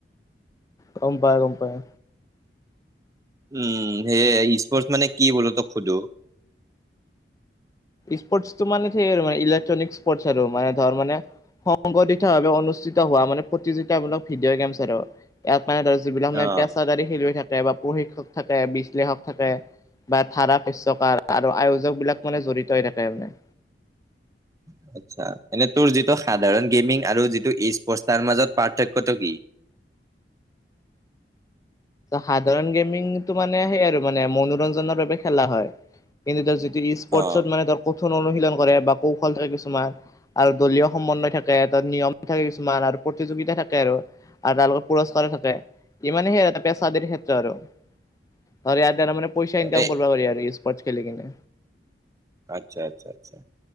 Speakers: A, on the left; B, on the right.
A: গম পায় গম পায়
B: উম সেয়ে স্পৰ্টছ মানে কি বলো তোক সোধো?
A: স্পৰ্টছটো মানে সেই আৰু ইলেকট্ৰনিক স্পৰ্টছ আৰু মানে ধৰ মানে সংঘটিত ভাৱে অনুষ্ঠিত হোৱা মানে প্ৰতিযোগিতামূলক ভিডিঅ' গেমচ আৰু ইয়াত মানে ধৰ যিবিলাক মানে
B: অ
A: পেছাদাৰী খেলুৱৈ থাকে বা প্ৰশিক্ষক থাকে বিশ্লেষক থাকে বা ধাৰা শস্য কাৰ আৰু আয়োজক বিলাক মানে জড়িত হৈ থাকে মানে।
B: <unintelligible> আচ্ছা এনে তোৰ যিটো সাধাৰণ গেমিং আৰু যিটো স্পৰ্ট তাৰ মাজত পাৰ্থক্যটো কি? <inaudible>
A: সাধাৰণ গেমিংটো মানে সেই আৰু মানে মনোৰঞ্জনৰ বাবে খেলা হয় কিন্তু যি স্পৰ্টচত
B: অ
A: মানে ধৰ কঠোৰ অনুশীলন কৰে বা কৌশল থাকে কিছুমান আৰু দলীয় সমন্বয় থাকে এ তাত নিয়ম থাকে কিছুমান আৰু প্ৰতিযোগিতা থাকে আৰু আৰু তাৰ লগত পুৰস্কাৰো থাকে, ইমানে সেয়া এটা ক্ষেত্ৰ আৰু ইয়াৰ দ্বাৰা মানে পইচা ইনকাম
B: এই
A: কৰিব পাৰি আৰু স্পৰ্টচ খেলিকিনে।
B: আচ্ছা আচ্ছা আচ্ছা